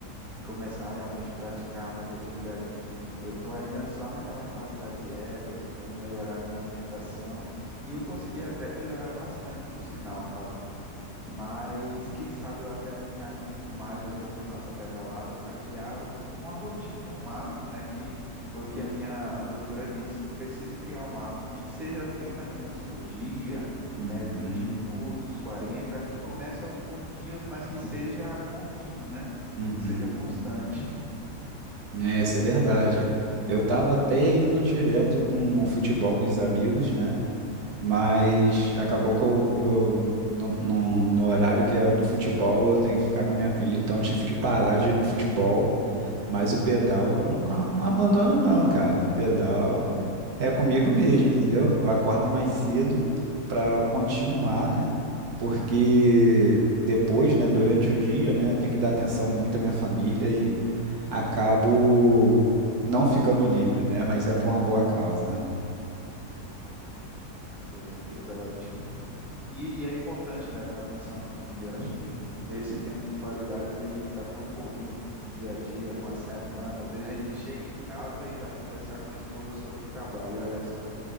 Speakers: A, in the centre; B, on the right.
A: e começar a realmente praticar mais atividade física. Eu estou ainda só naquela fase da dieta, tentando melhorar a minha alimentação e eu consegui até melhorar bastante, por sinal, Fábio. Mas quem sabe eu até não me animo mais depois da nossa pedalada para criar uma rotina, um hábito, né? Que foi o que a minha doutora disse, que eu preciso criar um hábito, nem que seja 30 minutos por dia,
B: Uhum,
A: né? 20 minutos, 40, que comece aos pouquinhos, mas que seja contínuo, né?
B: uhum.
A: Que seja constante.
B: É, isso é verdade. Eu tava até indo direto no futebol com os amigos, né? Mas acabou que eu, eu- no, no- no horário que é do futebol, eu tenho que ficar com minha filha, então eu tive que parar de ir no futebol Mas o pedal eu não, não abandono não, cara. O pedal é comigo mesmo, entendeu? Eu acordo mais cedo para continuar, né? Porque depois, né, durante o dia, né, eu tenho que dar atenção muito à minha família e acabo não ficando livre, né? Mas é por uma boa causa, né?
A: É verdade. E, e é importante, né, dar atenção à família. Eu Acho que ter esse tempo de qualidade, às vezes a gente está tão corrido com o dia a dia, com a semana, às vezes a gente chega em casa e vai conversar com a esposa sobre trabalho, olha só.